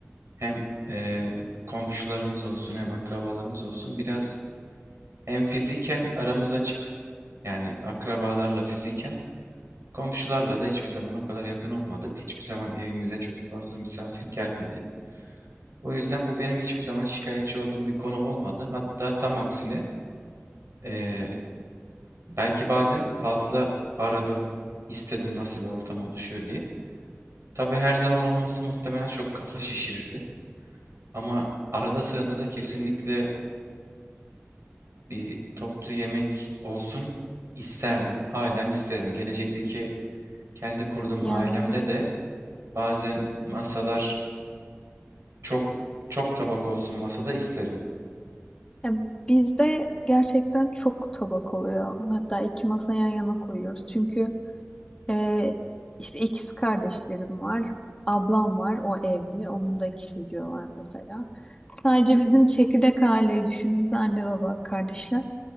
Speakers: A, on the right (about 80°); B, on the left (about 20°).
A: Hem e, komşularımız olsun hem akrabalarımız olsun biraz hem fiziken aramız açık. Yani akrabalarla fiziken Komşularla da hiçbir zaman o kadar yakın olmadık. Hiçbir zaman evimize çok fazla misafir gelmedi. O yüzden bu benim hiçbir zaman şikayetçi olduğum bir konu olmadı. Hatta tam aksine eee, belki bazen fazla aradım, istedim nasıl bir ortam oluşuyor diye. Tabii her zaman olması muhtemelen çok kafa şişirirdi. Ama arada sırada da kesinlikle bir toplu yemek olsun isterdim. Halen isterim. Gelecekteki kendi kurduğum
B: Yani
A: ailemde de bazen masalar Çok çok tabak olsun masada isterim.
B: ya bizde gerçekten çok tabak oluyor. Hatta iki masa yan yana koyuyoruz. Çünkü Ee, işte ikiz kardeşlerim var. Ablam var. O evli. Onun da iki çocuğu var mesela. Sadece bizim çekirdek aileyi düşündüğümüzde anne baba kardeşler.